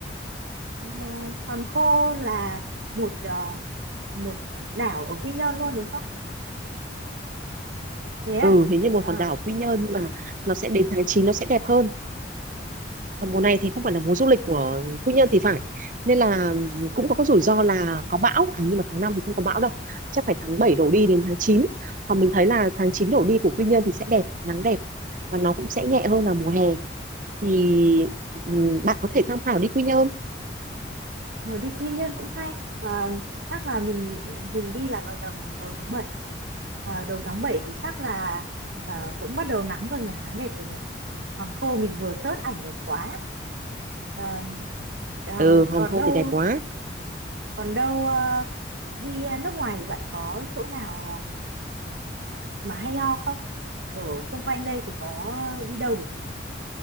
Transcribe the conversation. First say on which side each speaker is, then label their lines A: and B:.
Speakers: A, on the right; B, on the right.
A: Ờ, Hòn Khô là một ờ, một đảo ở Quy Nhơn luôn đúng không? Thế à?
B: ừ hình như một
A: Ờ,
B: hòn đảo Quy Nhơn nhưng mà nó sẽ đến tháng 9 nó sẽ đẹp hơn còn mùa này thì không phải là mùa du lịch của Quy Nhơn thì phải nên là cũng có cái rủi ro là có bão à, nhưng mà tháng 5 thì không có bão đâu chắc phải tháng 7 đổ đi đến tháng chín còn mình thấy là tháng 9 đổ đi của Quy Nhơn thì sẽ đẹp nắng đẹp và nó cũng sẽ nhẹ hơn là mùa hè thì ừ, bạn có thể tham khảo đi Quy Nhơn
A: hồi đi Quy Nhơn cũng hay. Ờ, chắc là mình mình đi là vào tầm đầu tháng 7. Ờ, đầu tháng 7 thì chắc là ờ, cũng bắt đầu nắng rồi nhỉ, nắng đẹp rồi nhỉ. Hòn Khô mình vừa search ảnh đẹp quá. Ờ, ờ,
B: ừ Hòn
A: còn
B: Khô
A: đâu
B: thì đẹp quá
A: còn đâu ờ, đi ờ, nước ngoài thì bạn có chỗ nào ờ, mà hay ho không ở xung quanh đây thì có đi đâu được nhỉ